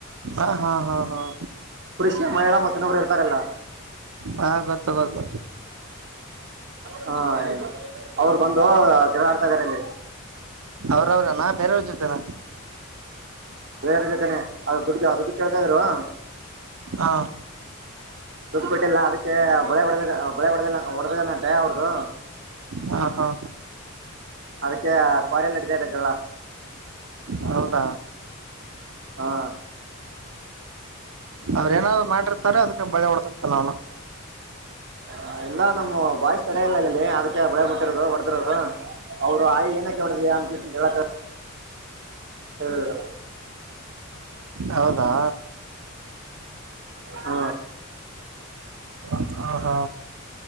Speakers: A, on the right (about 80°); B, on the right (about 55°).
A: ಹಾ ಹಾ ಹಾ ಹಾ
B: ಕೃಷಿ ಮಹಿಳಾ ಮತ್ತನಬ್ರು ಇರ್ತಾರಲ್ಲ
A: ಹಾ ಗೊತ್ತು ಗೊತ್ತು
B: ಹಾ ಏನು ಅವರು ಬಂದು ಜಡ ಆಡ್ತಾ ಇದಾರೆಲ್ಲಿ
A: ಅವ್ರ ಅವ್ರ ನಾ ಬೇರೆಯವ್ರ ಜೊತೆೇನಾ
B: ಬೇರೆ ಜೊತೆನೆ ಅ ದುಡ್ಡು ದುಡ್ಡು ಕೇಳ್ತಾ ಇದರುವಾ
A: ಹಾ
B: ದುಡ್ಡು ಕೊಟ್ಟಿಲ್ಲ ಅದಕ್ಕೆ ಬಳೆ ಹೊಡೆದ ಬಳೆ ಹೊಡೆದ ಹೊಡೆದದಂತೆಯ ಅವ್ರದು
A: ಹಾ ಹಾ
B: ಅದಕ್ಕೆ ಕ್ವಾರಿ ಎಲ್ಲಡತದೆ ಜಳ
A: ಹೌದ
B: ಹಾ
A: ಅವ್ರ ಏನಾದ್ರು ಮಾಡಿರ್ತಾರೆ ಅದಕ್ಕೆ ಬಳೆ ಹೊಡ್ತರ್ತ ನನು
B: ಹ ಇಲ್ಲ ನಮ್ಮ್ ಬಾಯಸ್ ತರ ಇಲ್ಲ ಇಲ್ಲಲ್ಲಿ ಅದಕ್ಕೆ ಬೆಳೆ ಬಿಟ್ಟಿರೋದು ಹೊಡೆದಿರೋದು ಅವರು ಆಾಯಿ ಏನಕ ಹೊಿದ ಕೃಷ್ಣ ಹೇಳ ಹೇಳರು
A: ಹೌದಾ
B: ಆ,
A: ಹ ಹಾ